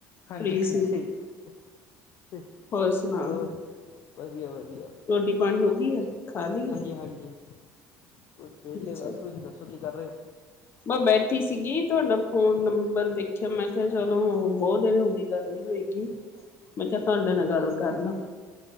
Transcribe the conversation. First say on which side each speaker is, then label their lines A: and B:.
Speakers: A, on the left; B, on the left.
A: ਹਾਂ
B: ਫ੍ਰੀ
A: ਜੀ,
B: ਸੀ
A: ਹਾਂ ਜੀ,
B: ਹੋਰ ਸੁਣਾਓ
A: ਹੋਰ ਵਧੀਆ, ਵਧੀਆ।
B: ਰੋਟੀ, ਪਾਣੀ ਹੋਗੀ ਐ, ਖਾ ਲੀ ਐ?
A: ਹਾਂ ਜੀ, ਹੁਣ ਵੇਹਲੇ
B: ਅੱਛਾ
A: ਬਸ,
B: ਜੀ
A: ਤੁਸੀ ਦੱਸੋ ਕੀ ਕਰ ਰੇ ਓ?
B: ਮੈਂ ਬੈਠੀ ਸੀ ਗੀ। ਤੁਹਾਡਾ ਫੋਨ ਨੰਬਰ ਦੇਖਿਆ ਮੈਂ ਕਿਹਾ ਚਲੋ ਬਹੁਤ ਦੇਰ ਹੋ ਗਈ ਗੱਲ ਨੀ ਹੋਈ। ਮੈਂ ਕਿਹਾ ਤੁਹਾਡੇ
A: ਅੱਛਾ
B: ਨਾਲ ਗੱਲ ਕਰ ਲਾਂ।